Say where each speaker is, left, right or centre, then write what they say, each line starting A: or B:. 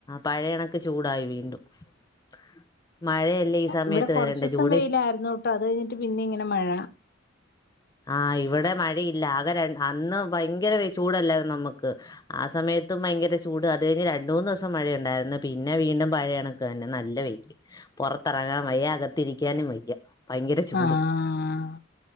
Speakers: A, on the left (about 20°); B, on the left (about 50°).
A: പഴണ െ ചൂടായി വീണ്ടും <unintelligible> ഈ സമയത്ത്
B: ഇവിടെ കുറച്ച
A: വരേണ്ട
B: ദിവസം
A: ജൂണിൽ
B: വെയിലായിരുന്നു ട്ടോ അത് കഴിഞ്ഞിട്ട് പിന്നെ ഇങ്ങനെ മഴ
A: ഉ <inaudible> ആഹ ഇവിടെ മഴയില്ല ആകെ ര അന്ന് ഭയങ്കര ചൂടല്ലായിരുന്നു നമ്മുക്ക് ആ സമയത്ത് ഭയങ്കര ചൂട് അത് കഴിഞ്ഞ് രണ്ട മൂന്ന് ദിവസം മഴയുണ്ടായിരുന്നു പിന്നെ വീണ്ടും പഴയ കണക്കുക തന്നെ നല്ല വെ്യല് പുറത്തിറങ്ങാൻ മയ അകത്തിരിക്കാനും വയ്യ ഭയങ്കര ചൂട്
B: ആഹ്